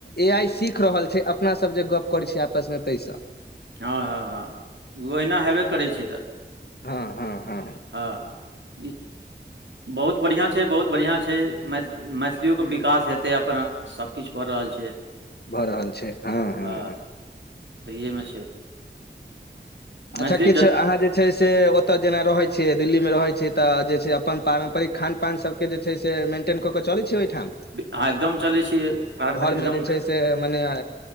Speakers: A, on the left; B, on the right.
A: ए आइ सीख रहल छै अपना सब जे गप करै छीयै आपसमे तहिसँ
B: हँ हँ हँ ओहिना हेबे करै छै तऽ
A: हँ हँ हँ
B: हँ ई बहुत बढ़िआँ छै बहुत बढ़िआँ छै मै मैथिइयोके विकास हेतै अपन सब किछ भऽ रहल छै
A: भऽ रहल छै हँ हँ
B: हँ तहिेमे छै
A: अच्छा
B: मैथिली
A: किछ
B: जत
A: अहाँ जे जे छै से ओतऽ जेना रहै छियै दिल्ली में रहै छियै तऽ जे छै अपन पारम्परिक खान पान सब के जे छै से मेन्टेन कऽ के चलै छै ओहिठाम
B: हँ एकदम चलै छियै पारम्परिक
A: घरमे
B: एकदम
A: जे छै
B: ख
A: से मने